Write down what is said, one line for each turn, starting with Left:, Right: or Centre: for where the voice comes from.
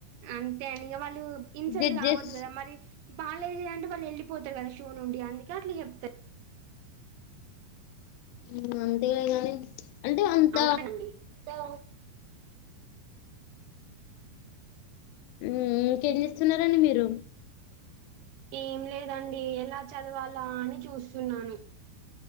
Right: అంతే అని ఇక వాళ్ళు ఇన్సల్ట్
Left: జడ్జెస్
Right: కావద్దు కదా మరి బాగాలేదు అంటే వాళ్ళు వెళ్ళిపోతారు కదా షో నుండి అందుకే అట్లా చెప్తారు
Left: ఉం అంతేగా మరి అంటే అంత
Right: అవునండి. సో,
Left: ఇంకేం చేస్తున్నండి మీరు
Right: ఏం లేద్ రండి ఎలా చదువాల అలా అని చూస్తున్నాను